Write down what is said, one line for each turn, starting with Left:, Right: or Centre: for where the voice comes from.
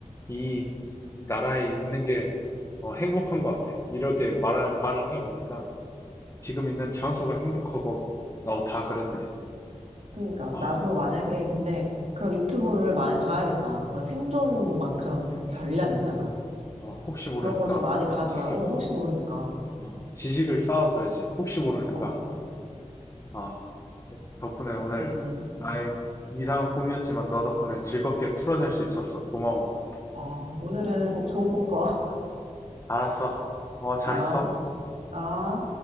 Left: 이 나라에 있는 게, 어, 행복한 것 같아. 이렇게 말을, 말을 해보니까, 지금 있는 장소가 행복하고, 어, 다 그렇네.
Right: 그러니까
Left: 어,
Right: 나도 만약에 근데 그런 유튜브를 많이 봐야겠다. 그런 생존 막 그런
Left: 그러니까,
Right: 전략 있잖아.
Left: 어, 혹시 모르니까,
Right: 그런 걸 좀 많이 봐둬야
Left: 챙겨봐.
Right: 어 혹시 모르니까.
Left: 어, 지식을 쌓아둬야지. 혹시 모르니까.
Right: 어
Left: 아, 덕분에 오늘
Right: 재밌네.
Left: 나의 이상한 꿈이었지만 너 덕분에 즐겁게 풀어낼 수 있었어. 고마워.
Right: 어 오늘은 꼭 좋은 꿈꿔.
Left: 알았어. 어, 잘
Right: <laughs> 아
Left: 있어.
Right: 아.